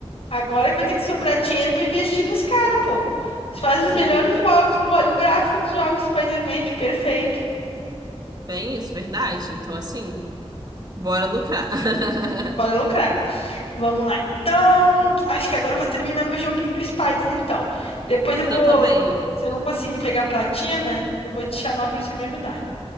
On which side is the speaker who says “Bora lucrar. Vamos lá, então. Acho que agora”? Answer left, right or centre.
Left